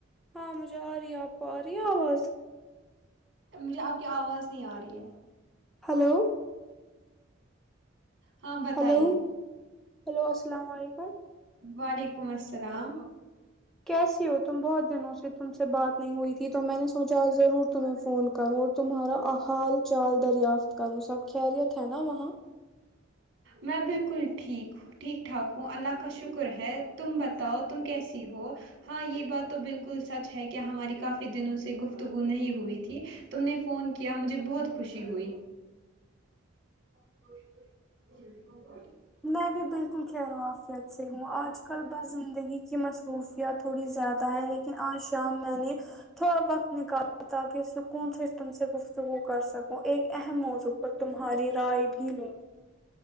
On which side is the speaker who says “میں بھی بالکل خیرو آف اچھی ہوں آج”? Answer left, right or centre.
Centre